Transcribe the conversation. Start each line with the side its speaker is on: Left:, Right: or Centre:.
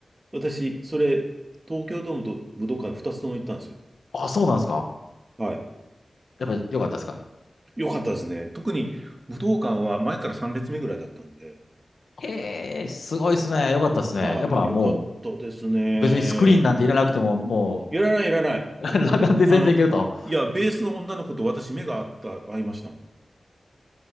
Right: 私、それ、東京ドームと武道館2つとも行ったんですよ。
Left: あ、そうなんですか。
Right: はい。
Left: やっぱ、良かったですか。
Right: 良かったですね。特に武道館は前から3列目ぐらいだったんで、
Left: ええ、すごいですね。良かったですね。
Right: はい、
Left: やっぱ、
Right: 良かったですね。
Left: もう、別にスクリーンなんていらなくても、も
Right: いらない、いらない。
Left: う、<laughs> 裸眼で全然いけると。
Right: あの、いや、ベースの女の子と私目が合った、合いましたもん。